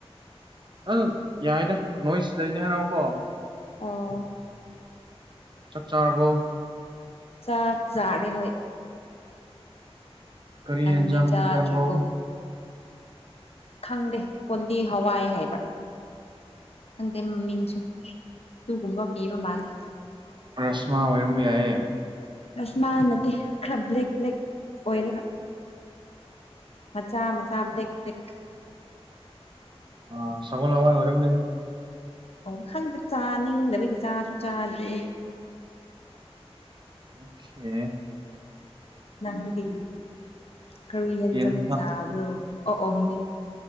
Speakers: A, on the right; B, on the left.
A: ꯑꯪ ꯌꯥꯏꯗ ꯅꯣꯏꯁ ꯂꯩꯗꯦ ꯍꯥꯏꯔꯥꯎꯑꯣꯀꯣ
B: ꯑꯥ
A: ꯆꯞ ꯆꯥꯔꯕꯣ
B: ꯆꯥꯛꯥꯛ ꯆꯥꯔꯦ ꯍꯣꯏ
A: ꯀꯔꯤ
B: ꯅꯪꯗꯤ
A: ꯌꯦꯟꯖꯥꯡ
B: ꯆꯥꯗ꯭ꯔꯤꯕꯔꯤꯕꯣ
A: ꯄꯤꯖꯕ꯭ꯔꯣ
B: ꯈꯪꯗꯦ ꯀꯣꯟꯗꯤ ꯍꯋꯥꯏ ꯍꯥꯏꯕ꯭ꯔꯥ ꯍꯪꯗꯩ ꯃꯃꯤꯡꯁꯦ ꯑꯗꯨꯒꯨꯒꯨꯝꯕ ꯄꯤꯕ ꯃꯥꯜꯂꯤꯦ
A: ꯔꯁꯃ ꯑꯣꯏꯔꯝꯕ ꯌꯥꯏꯌꯦ
B: ꯔꯁꯃꯥ ꯅꯠꯇꯦ ꯈꯔ ꯕ꯭ꯂꯦꯛ ꯕ꯭ꯂꯦꯛ ꯑꯣꯏꯔꯒ ꯃꯆꯥ ꯃꯆꯥ ꯗ ꯗ
A: ꯑ ꯁꯒꯅ ꯍꯋꯥꯏ ꯑꯣꯏꯔꯝ
B: ꯑꯣ ꯈꯪꯗ ꯆꯥꯅꯤꯡꯗꯕꯒꯤ ꯆꯥꯁꯨ ꯆꯥꯗꯦ
A: ꯑꯣꯦ
B: ꯅꯪꯗꯤ ꯀꯧꯏ ꯍꯦꯟꯖꯪꯖꯥꯕ꯭ꯔꯣ
A: ꯌꯦꯟꯁꯥ
B: ꯑꯣ ꯑꯣꯍꯦꯟ